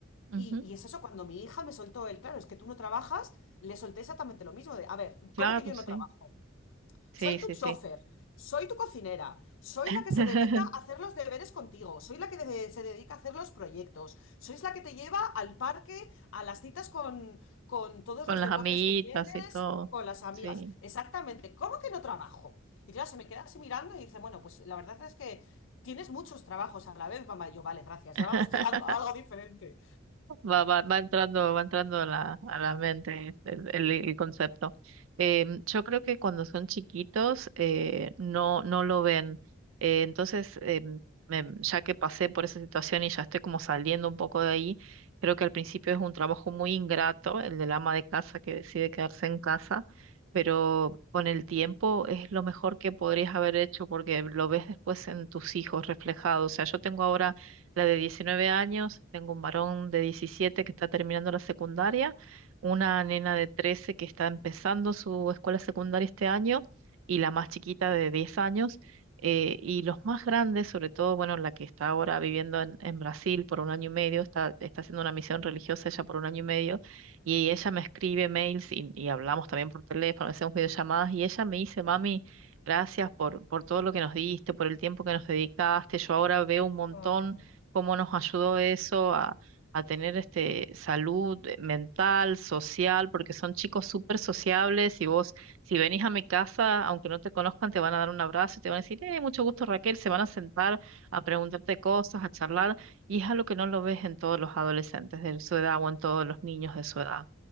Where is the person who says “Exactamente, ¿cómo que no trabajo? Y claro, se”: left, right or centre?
Left